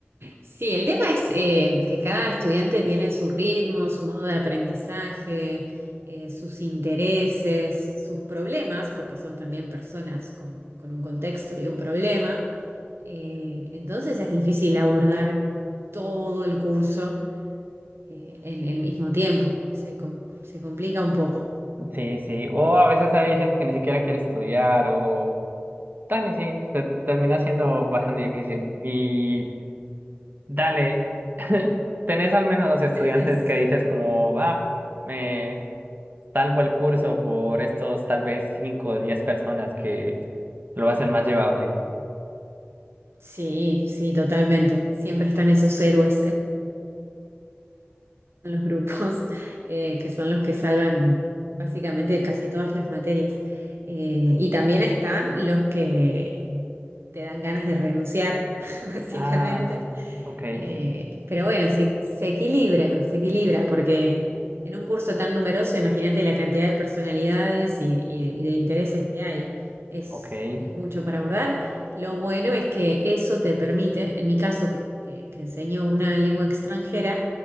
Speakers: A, on the right (about 70°); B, on the right (about 50°).
A: Sí, el tema es eh, que cada estudiante tiene su ritmo, su modo de aprendizaje, eh, sus intereses, sus problemas, porque son también personas con, con un contexto y un problema. Eh, entonces es difícil abordar todo el curso eh, en el mismo tiempo. Se, com- se complica un poco.
B: Sí, sí. O a veces hay gente que ni siquiera quiere estudiar o... Dale, sí, te- termina siendo bastante difícil. Y dale, <laughs> tenés al menos dos estudiantes
A: <laughs>
B: que dices como, ah, me salvo el curso por estos tal vez 5 o 10 personas que lo hacen más llevable.
A: Sí, sí, totalmente. Siempre están esos héroes los grupos, <laughs> eh, que son los que salvan básicamente casi todas las materias. Eh, y también están los que te dan ganas de renunciar, <laughs> básicamente,
B: Ah, ok,
A: eh, pero bueno, se, se equilibra, se equilibra, porque en un curso tan numeroso, imagínate la cantidad de personalidades y, y- y de intereses que hay. Es,
B: ok.
A: es mucho para abordar. Lo bueno es que eso te permite, en mi caso, que, que, que enseño una lengua extranjera,